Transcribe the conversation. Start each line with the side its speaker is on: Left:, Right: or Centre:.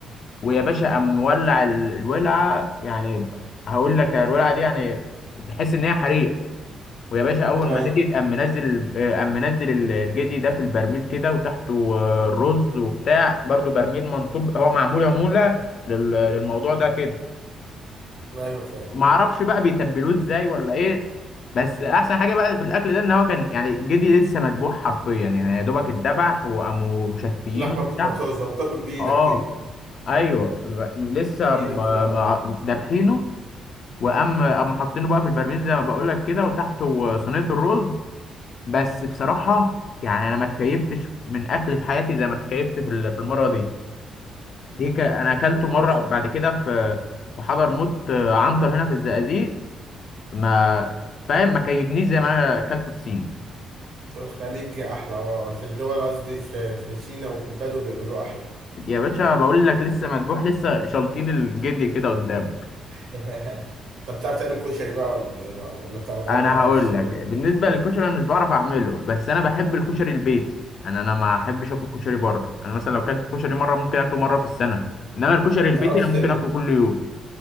Left: ويا باشا قام مولع ال- الولعه يعني هقول لك الولعه دي يعني تحس ان هي حريقه ويا باشا اول
Right: ايوه
Left: ما هديت قام منزل آه، قام منزل ال- الجدي ده في البرميل كده وتحته آه، رز وبتاع برضو برميل منصوب هو معمول عموله لل- للموضوع ده كده
Right: ايوه فاهم
Left: ومعرفش بقى بيتبلوه ازاي ولا ايه بس احسن حاجه بقى في الاكل ده ان هو كان يعني جدي لسه مذبوح حرفيا يعني يا دوبك اتذبح وقاموا مشفيينه
Right: اللحمه
Left: وبتاع
Right: بتبقى طازه وبتاكل بايدك
Left: اه
Right: كده
Left: ايوه ب- لسه
Right: بايدك
Left: م-
Right: كده على
Left: م-
Right: بعض
Left: دابحينه وقام قاموا حاطينه بقى في البرميل زي ما بقول لك كده وتحته صينيه الرز بس بصراحه يعني انا ما اتكيفتش من اكل في حياتي زي ما اتكيفت في ال- في المره دي دي ك... انا اكلته
Right: المنسف
Left: مره بعد كده في في حضرموت آه، عنتر هنا في الزقازيق ما فاهم ما كيفنيش زي ما انا اكلته في سين
Right: الخليجي احلى اه في الدول قصدي في في سينا وبدو بيعملوه احلى
Left: يا باشا بقول لك لسه مدبوح لسه شالطين الجدي كده قدام
Right: <laughs> طب بتعرف تعمل كشري بقى ولا ايه بقى ولا بتاع الغلابه
Left: انا
Right: ده ما بتعرفش
Left: هقول
Right: تعمله
Left: لك
Right: ما
Left: بالنسبه للكشري انا مش بعرف اعمله بس انا بحب الكشري البيتي انا انا ما احبش اكل كشري بره انا مثلا لو اكلت كشري مره ممكن اكله مره في السنه انما الكشري
Right: بتعرفش
Left: البيتي انا ممكن
Right: تعمل
Left: اكله كل يوم